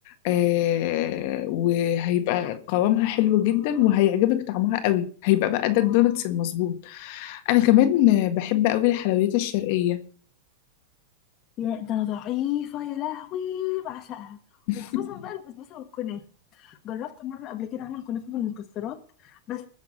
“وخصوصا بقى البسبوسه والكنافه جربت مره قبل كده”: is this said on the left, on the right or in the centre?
Left